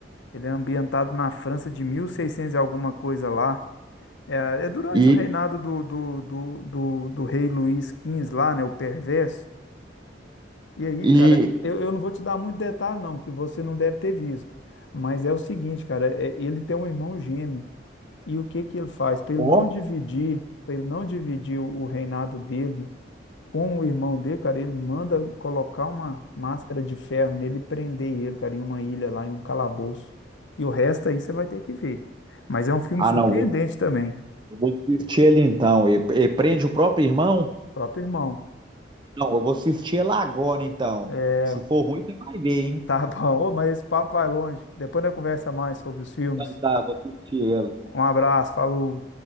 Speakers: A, on the left; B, on the right.
A: Ele é ambientado na França de 1600 e seiscentos e alguma coisa lá. É, é durante
B: E,
A: o reinado do, do, do, do, do rei Luís Quinze lá, né? O perverso. E aí,
B: e,
A: cara,
B: e
A: eu, eu não vou te dar muito detalhe, não, que você não deve ter visto. Mas é o seguinte, cara, é- ele tem um irmão gêmeo. E o que que ele faz? Para ele
B: ó,
A: não dividir, para ele não dividir o, o reinado dele com o irmão dele, cara, ele manda colocar uma máscara de ferro nele e prender ele, cara, em uma ilha lá, em um calabouço. E o resto aí você vai ter que ver. Mas é um filme
B: ah,
A: surpreendente
B: não,
A: também.
B: eu vou assistir ele então. Ele, ele prende o próprio irmão?
A: Próprio irmão.
B: Não, eu vou assistir ela agora, então.
A: É,
B: Se for ruim, você vai ver, hein?
A: tá <laughs> bom, Ô, mas esse papo vai longe. Depois nós conversa mais sobre os filmes.
B: Então tá, vou assistir ela.
A: Um abraço, falou.